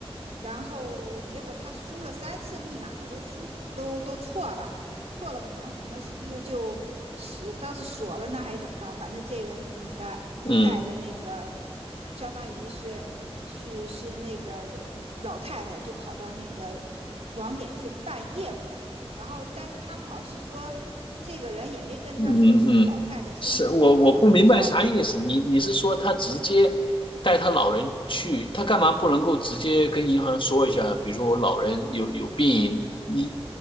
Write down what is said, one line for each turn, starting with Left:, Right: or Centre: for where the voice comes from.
Right: 然后结果他输了三次密码都输都都错了，错了可能可能是不是就是我不知道是锁了呢还是怎么着，反正这个女的就带着那个
Left: 嗯
Right: 相当于是是是那个老太太就跑到那个网点去办业务，然后但是他们好像是说这个人也没跟他说说这老太太身体不好还怎么着，
Left: 嗯嗯，是我我不明白啥意思。你你是说他直接带他老人去，他干嘛不能够直接跟银行说一下？比如说我老人有有病，你